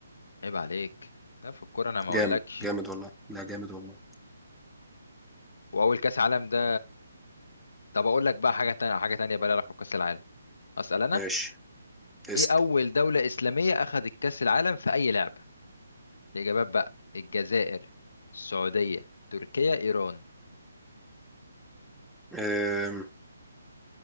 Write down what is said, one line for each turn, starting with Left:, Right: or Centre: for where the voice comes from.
Left: عيب عليك لا في الكوره انا ما اقولكش
Centre: جامد جامد والله لا جامد والله
Left: واول كاس عالم ده طب اقول لك بقى حاجه تانية حاجه تانية بقى لها علاقه بكاس العالم اسال انا
Centre: ماشي اسأل
Left: ايه اول دوله اسلاميه اخذت كاس العالم في اي لعبه الاجابات بقى الجزائر السعوديه تركيا ايران
Centre: أم،